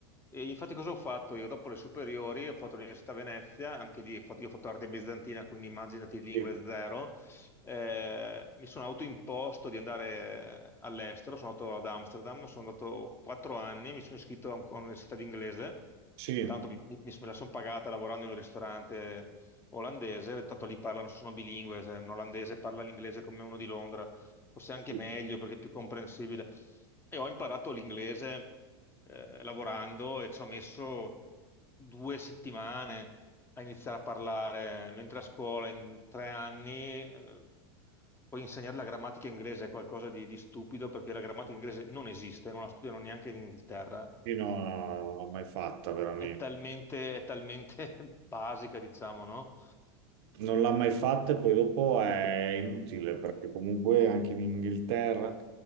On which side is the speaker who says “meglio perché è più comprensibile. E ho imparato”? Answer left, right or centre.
Left